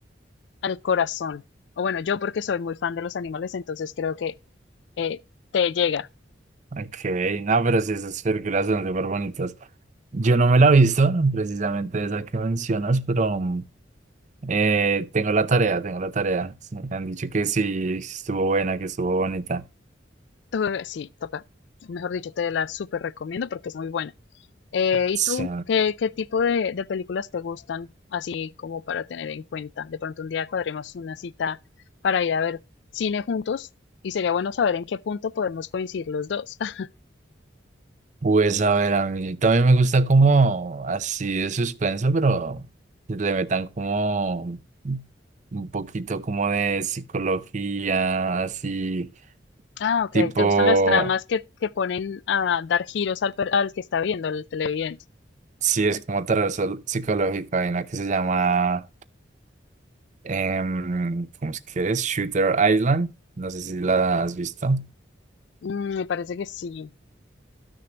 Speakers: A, on the left; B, on the right.
A: al corazón. O bueno, yo porque soy muy fan de los animales, entonces creo que eh, te llega
B: Ok, no, pero sí, esas películas son súper bonitas. Yo no me la he visto, precisamente esa que mencionas, pero... mm, Eh, tengo la tarea, tengo la tarea. Sí, me han dicho que sí, estuvo buena, que estuvo bonita.
A: to- sí, toca. Mejor dicho, te la súper recomiendo porque es muy buena. Eh, ¿y
B: Sí.
A: tú qué, qué tipo de, de películas te gustan? Así como para tener en cuenta. De pronto un día cuadremos una cita para ir a ver cine juntos y sería bueno saber en qué punto podemos coincidir los dos. <laughs>
B: Pues a ver, a mí también me gusta como así de suspenso, pero que le metan como un poquito como de psicología, así
A: Ah, ok.
B: tipo,
A: ¿Te gustan las tramas que, que ponen a dar giros al, per- al que está viendo, al televidente?
B: sí es como terror sol- psicológico, hay una que se llama, em, ¿cómo es que es? Shooter Island, no sé si la has visto,
A: Mm, me parece que sí.